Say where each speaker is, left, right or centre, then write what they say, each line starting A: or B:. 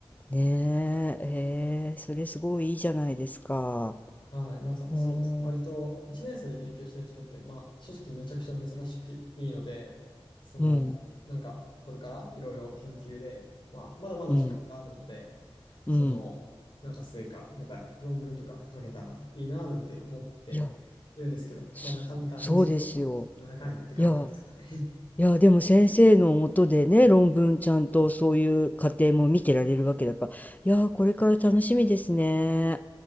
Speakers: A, on the left; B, on the left.
A: ねええーそれすごいいいじゃないですか。
B: はい、なんかそうですね。
A: うん
B: 割と1年生で研究してる人って、まあ正直めちゃくちゃ珍しくいいので、その、
A: うん、
B: なんかこれからいろいろ研究で、まあまだまだ時間があるので、
A: うん、
B: その、
A: うん。
B: なんか成果みたいな論文とか書けたらいいなぁなんて思ってるんですけど、
A: いや、そそうですよ。
B: まあなかなか道のりは長いって感じですかね。
A: いや、いや、でも先生のもとでね、論文ちゃんとそういう過程も見てられるわけだから、いや、これから楽しみですね。